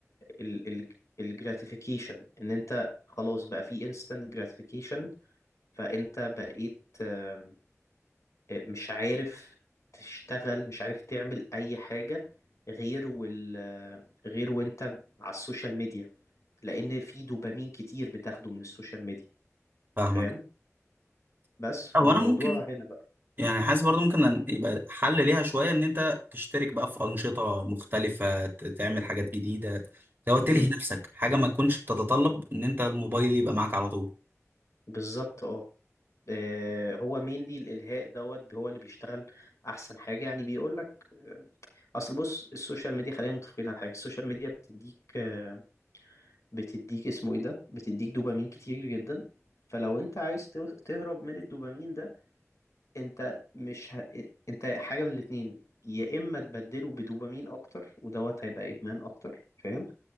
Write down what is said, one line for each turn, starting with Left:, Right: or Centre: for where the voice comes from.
Left: ال ال الجراتيفيكيشن ان انت خلاص بقى في instant gratification فانت بقيت آم، آه، مش عارف تشتغل مش عارف تعمل اي حاجة غير وال آه، غير وانت على السوشيال ميديا لان في دوبامين كتير بتاخده من السوشيال ميديا
Right: فاهمك
Left: فاهم بس فالموضوع
Right: هو انا ممكن
Left: هنا بقى
Right: يعني حاسس برضو ممكن أن- يبقى حل ليها شويه ان انت تشترك بقى في انشطه مختلفه ت- تعمل حاجات جديده لو تلهي
Left: امم
Right: نفسك حاجه ما تكونش بتتطلب ان انت الموبايل يبقى معاك على طول
Left: بالظبط اه آه، هو مين دي الالهاء دوت هو اللي بيشتغل احسن حاجة يعني بيقولك اصل بص السوشيال ميديا خلينا متفقين على حاجه السوشيال ميديا بتديك آه، بتديك اسمه ايه ده بتديك دوبامين كتير جدا فلو انت عايز ته- تهرب من الدوبامين ده انت مش ه... انت حاجه من الاتنين يا اما تبدله بدوبامين اكتر ودوت هيبقى ادمان اكتر فاهم